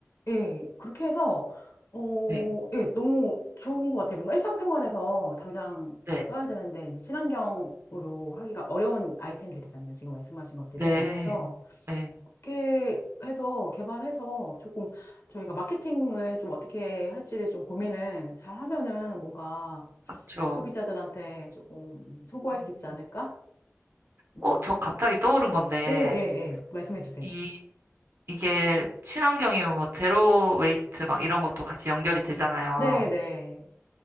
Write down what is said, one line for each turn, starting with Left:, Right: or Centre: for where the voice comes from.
Left: 예, 그렇게 해서, 어,
Right: 네.
Left: 예, 너무 좋은 것 같아요. 뭔가 일상생활에서 당장
Right: 네.
Left: 써야 되는데, 이제 친환경으로 하기가 어려운 아이템들이잖아요. 지금 말씀하신 것들이.
Right: 네.
Left: 그래서,
Right: 네.
Left: 이렇게 해서 개발해서 조금 저희가 마케팅을 좀 어떻게 할지를 좀 고민을 잘 하면은 뭔가
Right: 그쵸.
Left: 소비자들한테 조금 소구할
Right: 음.
Left: 수 있지 않을까? 막,
Right: 어, 저 갑자기 떠오른 건데
Left: 오, 예, 예. 말씀해 주세요.
Right: 이 이게 친환경이면 뭐 제로 웨이스트 막 이런 것도 같이 연결이 되잖아요.
Left: 네, 네,